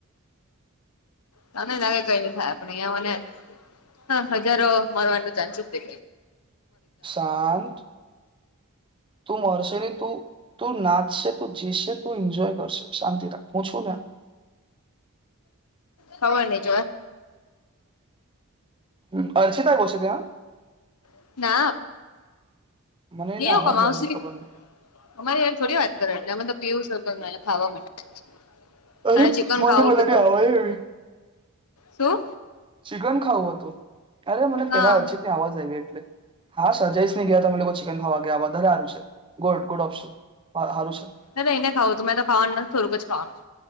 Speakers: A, on the left; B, on the right.
A: તમે નાે કઈ ન થાય આપે અંઓ ને હા હજારો મારવાનું ચાન્સસ છે.
B: શંત તુંમરષ ત નાચશે જીશે ત એન્જોય કરશે શાંતિ રા હું છું ને. <inaudible>
A: હવા નિજ.
B: હ અર્ચિતા કોો છેિત હ
A: <inaudible>
B: મને એને
A: એવું
B: આવાજ
A: કમાવશેું
B: આવી ખબર નહી
A: અમારી થોડી વાત કરે એટલે અમે તો પીવું છે પણ ખાવા માટે,
B: અરે
A: મારે
B: મને
A: ચિકન ખાવું
B: પેલાની
A: છે તો.
B: આવાજ આવી
A: શું?
B: ચિકન ખાવું હતું. અરે, મને
A: હા
B: પેલા અડચિતની અવાજ આવી એટલે હા, સર જયસની ગયા તમે લોકો ચિકન ખાવા ગયા વધારે સારું છે. ગુડ ગુડ ઓપ્શન સારું છે.
A: ના, ના એને ખાવું હતું. મેં તો ખાવાનું નથી થોડુંક ખવાનું